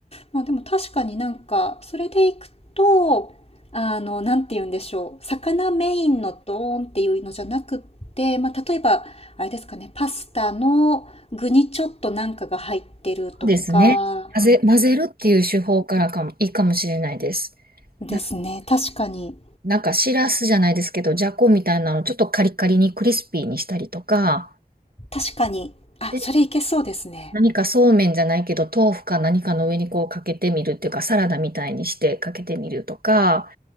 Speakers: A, on the left; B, on the right.
A: まあでも確かになんか、それでいくと、あの、なんて言うんでしょう。魚メインのドーンっていうのじゃなくって、まあ例えば、あれですかね、パスタの具にちょっとなんかが入ってるとか、
B: ですね。混ぜ、混ぜるっていう手法からかも、いいかもしれないです。
A: ですね。
B: な、
A: 確かに。
B: なんかしらすじゃないですけど、じゃこみたいなのちょっとカリカリにクリスピーにしたりとか、
A: 確かに。あ、
B: で、
A: それいけそうですね。
B: 何かそうめんじゃないけど、豆腐か何かの上にこうかけてみるっていうか、サラダみたいにしてかけてみるとか、